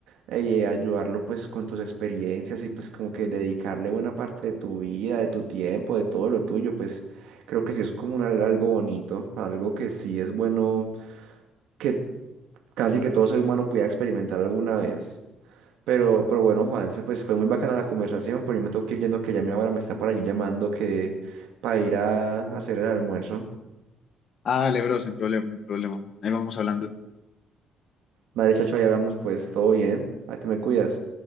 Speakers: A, on the right; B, on the left.
A: eh, ayudarlo pues con tus experiencias y pues como que dedicarle buena parte de tu vida, de tu tiempo, de todo lo tuyo, pues creo que sí es como un al- algo bonito, algo que sí es bueno que casi que todo ser humano pudiera experimentar alguna vez. Pero, pero bueno, Juanse, pues fue muy bacana la conversación, pero yo me tengo que ir yendo que ya mi abuela me está por allí llamando que para ir a hacer el almuerzo.
B: Ah, dale, bro, sin problema, sin problema. Ahí vamos hablando.
A: Madre, chacho, ahí hablamos pues, todo bien. Ahí te me cuidas.